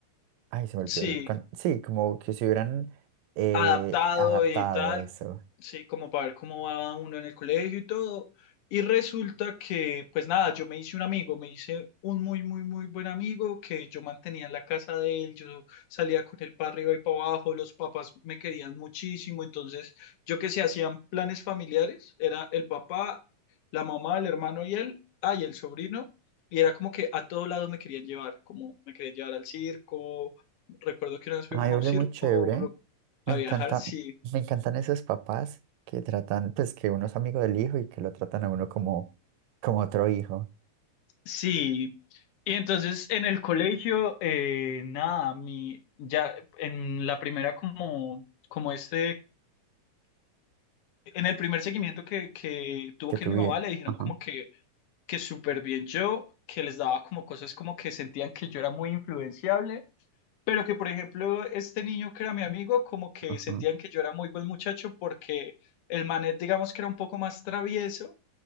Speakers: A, on the right (about 85°); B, on the left (about 85°).
A: Ay, se me
B: sí,
A: olvidó. el con- Sí, como que se hubieran eh,
B: adaptado
A: adaptado
B: y tal,
A: eso.
B: sí, como para ver cómo va uno en el colegio y todo. Y resulta que, pues nada, yo me hice un amigo, me hice un muy, muy, muy buen amigo que yo mantenía en la casa de él, yo salía con él para arriba y para abajo, los papás me querían muchísimo, entonces yo que se hacían planes familiares, era el papá, la mamá, el hermano y él, ah, y el sobrino, y era como que a todo lado me querían llevar, como me querían llevar al circo, recuerdo que una vez
A: Ay,
B: fuimos
A: hablé
B: a un circo,
A: muy chévere. Me
B: a
A: encanta,
B: viajar, sí.
A: me encantan esos papás que tratan, pues que uno es amigo del hijo y que lo tratan a uno como, como otro hijo
B: Sí. Y entonces en el colegio, eh, nada, mi, ya en la primera como, como este, en el primer seguimiento que, que tuvo
A: que
B: que
A: tuve.
B: ir mi mamá, le dijeron
A: Ajá,
B: como que, que súper bien yo, que les daba como cosas como que sentían que yo era muy influenciable, pero que por ejemplo este niño que era mi amigo, como que
A: ajá.
B: sentían que yo era muy buen muchacho porque el manet digamos que era un poco más travieso